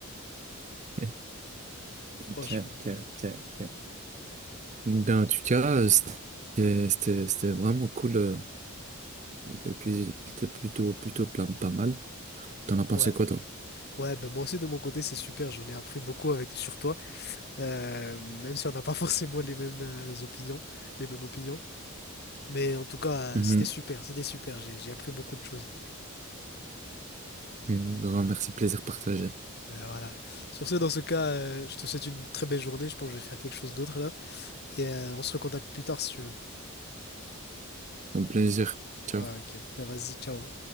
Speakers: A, on the right; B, on the left.
A: <laughs>
B: Franchement.
A: Ok, ok, ok, ok. Ben, en tout cas, euh, c'était, c'était, c'était vraiment cool. euh, Et puis, il était plutôt, plutôt plein, pas mal. T'en as pensé
B: Ouais,
A: quoi, toi?
B: ouais, ben moi aussi, de mon côté, c'est super. J'en ai appris beaucoup avec... sur toi. Euh, même si on n'a pas <laughs> forcément les mêmes euh, opinions, les mêmes opinions. Mais en tout cas,
A: Mhm.
B: euh, c'était super, c'était super. J'ai, j'ai appris beaucoup de choses.
A: Un grand merci, plaisir partagé.
B: Ben voilà. Sur ce, dans ce cas, euh, je te souhaite une très belle journée. Je pense que je vais faire quelque chose d'autre là. Et euh, on se recontacte plus tard si tu veux.
A: Au plaisir. Ciao.
B: Ah, ok. Ben vas-y, ciao.